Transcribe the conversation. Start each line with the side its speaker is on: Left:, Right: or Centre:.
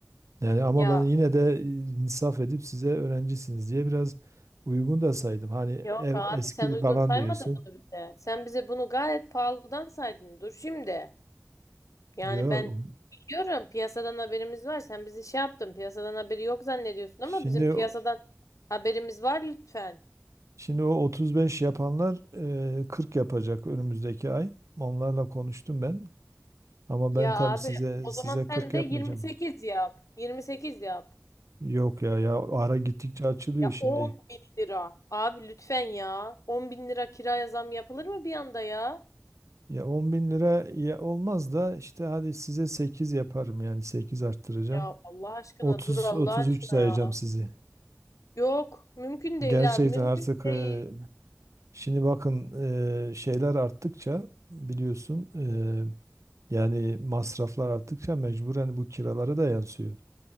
Right: Yani ama
Left: Ya
Right: ben yine de e, insaf edip size öğrencisiniz diye biraz uygun da saydım. Hani
Left: yok
Right: ev
Left: abi
Right: eski
Left: sen uygun
Right: falan
Left: saymadın
Right: diyorsun.
Left: bunu bize. Sen bize bunu gayet pahalıdan saydın. Dur şimdi. Yani
Right: Diyor.
Left: ben biliyorum piyasadan haberimiz var. Sen bizi şey yaptın piyasadan haberi yok zannediyorsun
Right: Şimdi
Left: ama bizim piyasadan haberimiz var lütfen.
Right: şimdi o 35 yapanlar e, 40 yapacak önümüzdeki ay. Onlarla konuştum ben. Ama
Left: Ya
Right: ben tabii
Left: abi
Right: size
Left: o
Right: size
Left: zaman
Right: 40
Left: sen de
Right: yapmayacağım.
Left: 28 yap. 28 yap.
Right: Yok ya ya ara gittikçe açılıyor
Left: Ya
Right: şimdi.
Left: 10 bin lira. Abi lütfen ya. 10 bin lira kiraya zam yapılır mı bir anda ya?
Right: Ya 10 bin lira ya olmaz da işte hadi size 8 yaparım yani 8 arttıracağım.
Left: Ya Allah aşkına
Right: 30
Left: dur Allah
Right: 33
Left: aşkına
Right: sayacağım
Left: ya.
Right: sizi.
Left: Yok mümkün değil
Right: Gerçekten
Left: abi mümkün
Right: artık
Left: değil.
Right: e, Şimdi bakın eee, şeyler arttıkça biliyorsun eee, yani masraflar arttıkça mecburen bu kiralara da yansıyor.